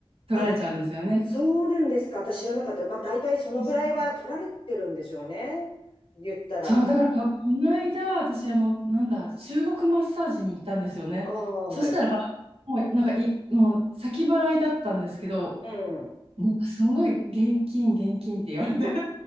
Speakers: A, on the right; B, on the left.
A: 取られちゃうんですよね。
B: あ、そうなんですか。私知らなかった。まあ大体そのぐらいは取られてるんでしょうね。
A: そう、
B: 言ったら。
A: そうだから、この間、私、あの、なんだ、中国マッサージに行ったんですよね。
B: ああ、
A: そしたら、
B: はい。
A: もう、なんかい、もう、先払いだったんですけど、
B: うん。
A: なんか、すごい、現金、現金って言われて、